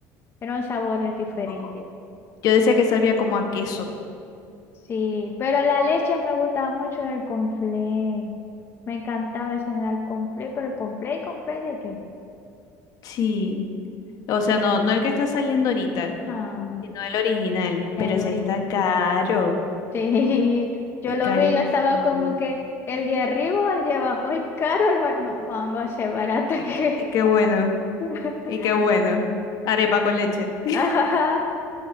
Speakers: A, on the left (about 35°); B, on the left (about 55°).
A: Era un sabor diferente.
B: Un poco. Yo decía que sabía como a queso.
A: Sí, pero la leche me gustaba mucho en el conflé. Me encantaba eso en el conflé, pero el conflé y conflé de qué?
B: Sí. O sea, no, no el que está saliendo ahorita,
A: No,
B: sino el original.
A: el
B: Pero ese
A: original.
B: está caro,
A: <laughs> Sí, yo
B: eh,
A: lo
B: carísimo.
A: vi, yo estaba como que el de arriba, o el de abajo, el caro, el bar... no, vango a ser barata
B: Eh, eh,
A: que...
B: eh, qué bueno,
A: <laughs>
B: y qué bueno. Arepa con leche. <laughs>
A: Ajá,